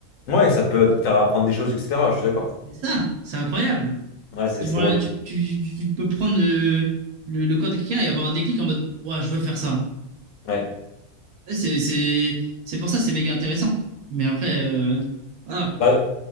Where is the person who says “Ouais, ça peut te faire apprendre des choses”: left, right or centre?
Left